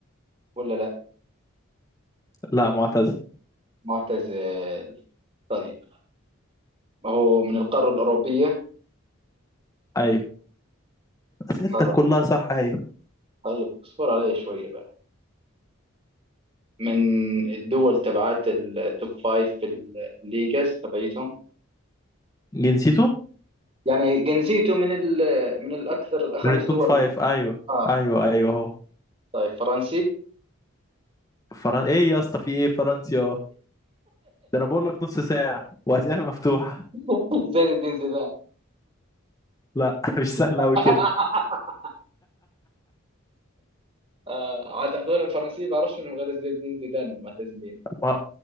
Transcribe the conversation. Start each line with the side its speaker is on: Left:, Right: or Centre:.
Right: ولا لا
Left: لا معتز
Right: معتزل طيب هو من القارة الأوروبية
Left: أيوه أسئلتك
Right: القارة
Left: كلها صح أيوه
Right: طيب اصبر علي شوية بقى من الدول تبعات التوب فايف في الليجاز تبعيتهم
Left: جنسيته
Right: يعني جنسيته من ال من الأكثر خمس
Left: من التوب
Right: دول
Left: فايف أيوه
Right: آه
Left: أيوه أيوه أهو
Right: طيب فرنسي
Left: فرن... إيه يا اسطى في إيه فرنسيا ده أنا بقول لك نص ساعة وأسئلة مفتوحة
Right: <laughs> زين الدين زيدان
Left: لا <laughs> مش سهلة
Right: <laughs>
Left: أوي كده
Right: آه عاد هذول الفرنسيين بعرفش انهم غير زين الدين زيدان المعتزلين
Left: ما...